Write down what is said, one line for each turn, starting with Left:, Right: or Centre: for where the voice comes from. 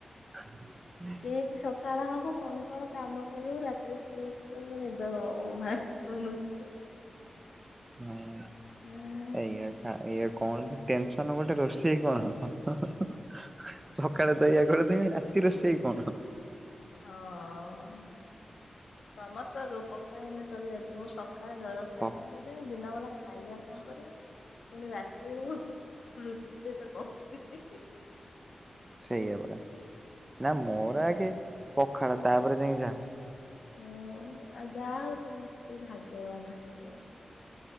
Right: ହୁଁ।
Left: କେନ୍ତି ସକାଳ ହବ କଣ କଣ କାମ କରିବୁ ରାତିରେ ଶୋଇବୁ ପୁରା ପୁରୀ ନିଦ ହବ। <inaudible>
Right: ହଁ ଅ
Left: ହୁଁ।
Right: ଏଇଆ କାଁ ଏଇଆ କଣ ଟେନସନ ଗୋଟେ ରୋଷେଇ କଣ ହ ହଁ ହଁ ହ ସକାଳେ ତ ଏୟା କରିଥିବି ରାତି ରୋଷେଇ କଣ?
Left: ହଁ ତମର ତ ରୋ ପଖାଳ ହେଲେ ଚଳିଯାଉଚି ମୁଁ ସ ସଖାଳେ ଜଳଖିଆ
Right: କ
Left: କଣ କରିଦେବି ଦିନ ବେଳା ଖାଇବା କଣ କରିବି ପୁଣି ରାତିବେଳକୁ ରୁଟି ସହିତ କଣ କରିବି ହିଁ ହିଁ ହିଁ।
Right: ସେୟା ପରା ନା ମୋର ଆଗେ ପଖାଳ ତାପରେ ଯାଇଁକି ଯାହା।
Left: ହଁ ଯାହା ହୋଉ ତମ ସ୍ତ୍ରୀ ଭାଗ୍ୟବାନ ହବ।